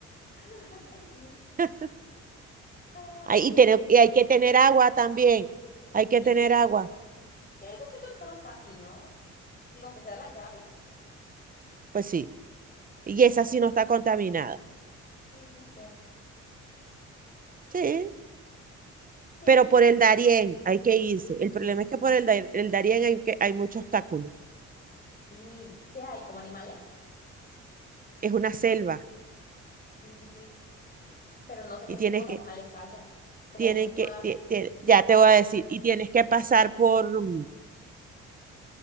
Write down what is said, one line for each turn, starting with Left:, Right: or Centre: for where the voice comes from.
Left: <laughs> sí,
Right: <laughs>
Left: ah,
Right: hay,
Left: una
Right: y, tener- y
Left: tomatitos
Right: hay que tener
Left: cherry.
Right: agua también. Hay
Left: Sí,
Right: que tener agua.
Left: Que eso siento que está más fácil, ¿no? Digo, aunque sea la llave.
Right: Pues sí. Y
Left: Ya era
Right: esa sí no
Left: una-
Right: está contaminada.
Left: Sí, justo.
Right: Sí.
Left: Sí,
Right: Pero por el Darién hay que irse. El problema es que por el, Dar- el Darién hay, que, hay mucho obstáculo.
Left: sí. ¿Qué hay? ¿Como animales?
Right: Es una selva.
Left: Sí, sí, sí. Pero no sé
Right: Y
Left: qué
Right: tienes
Left: tipo de
Right: que,
Left: animales haya. Como
Right: tienen
Left: víboras.
Right: que, tie- tie- ya te voy a decir, y tienes que pasar por, mm,